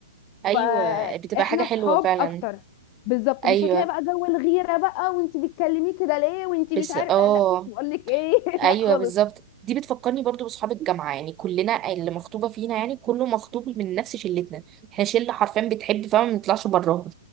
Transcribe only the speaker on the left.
فإحنا
صحاب
أكتر بالظبط
مش هتلاقي بقى جو الغيرة بقى وانتي بتكلميه كده ليه وانتي
مش عارف
آه، لا بقول لك ايه <laughs>
لا خالص